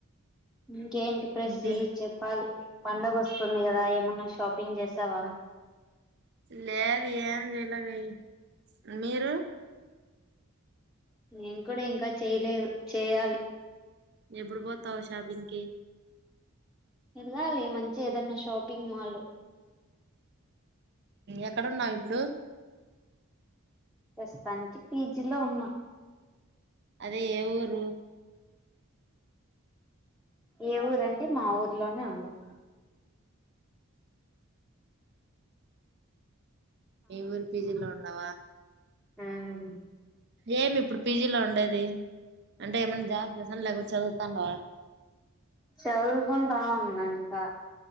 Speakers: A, in the centre; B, on the right (about 50°).
A: ఇంకేంటి ప్రెసీ
B: ఇంకే
A: చెప్పాలి పండగ వస్తుంది కదా ఏమన్నా షాపింగ్ చేసావా
B: లేదు ఏం చెయ్యాలెదే మీరు
A: నేను కూడా ఇంకా చేయలేదు చేయాలి
B: ఎప్పుడు పోతావు షాపింగ్ కి
A: వెళ్ళాలి మంచిగ ఏదన్నా షాపింగ్ మాల్
B: ఎక్కడున్నావ్ ఇప్పుడూ
A: ప్రస్తుతానికి పీజిలో ఉన్నా
B: అదే ఎ ఊరూ
A: ఏ ఊరంటే మా ఊర్లోనే ఉన్నాం
B: మే ఊరిపిజిలో ఉండవా
A: హ్మ్
B: ఏమి ఇప్పుడు పీజీలో ఉండేది అ అంటే ఏమైన్నా జాబ్ చేసాను లేకపోతే చదువుతానువా
A: చదువుకుంటా ఉన్నా ఇంకా